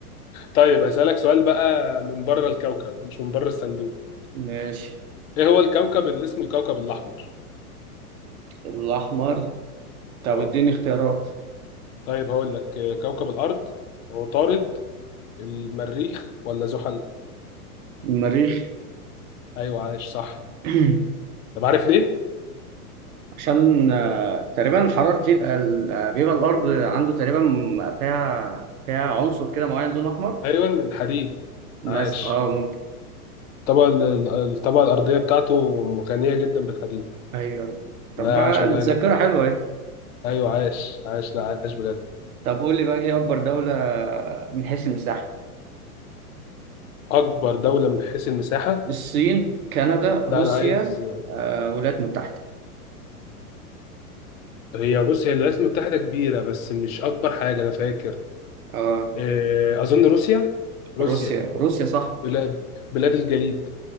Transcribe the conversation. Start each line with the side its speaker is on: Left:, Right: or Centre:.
Left: طيب هسألك سؤال بقى من بره الكوكب مش من بره الصندوق
Right: ماشي
Left: ايه هو الكوكب اللي اسمه الكوكب الاحمر
Right: الأحمر طب
Left: اه
Right: اديني اختيارات
Left: طيب هقول لك آه، كوكب الارض عطارد المريخ ولا زحل
Right: المريخ
Left: ايوه عايش صح
Right: <clears throat>
Left: طب عارف ليه
Right: عشان آه، تقريبا حرارة بيبقى الأرض عنده تقريبا فيها فيها عنصر كده معين لون أحمر
Left: ايوه الحديد
Right: بس
Left: عايش
Right: اه ممكن
Left: الطبقة ال- الطبقة الأرضية بتاعته غنية جدا بالحديد
Right: أيوه أيوه طب
Left: لا
Right: بقى
Left: عاش الله
Right: الذاكرة
Left: ينور
Right: حلوة اهي
Left: أيوة عاش عاش لا عاش بجد
Right: طب قول لي بقى إيه أكبر دولة من حيث المساحة؟
Left: أكبر دولة من حيث المساحة
Right: الصين، كندا، روسيا،
Left: لا أنا عايز
Right: آه، الولايات المتحدة
Left: هي بص هي الولايات المتحدة كبيرة بس مش أكبر حاجة أنا فاكر
Right: اه
Left: إيه، أظن روسيا روسيا
Right: روسيا روسيا صح
Left: بلاد بلاد الجليد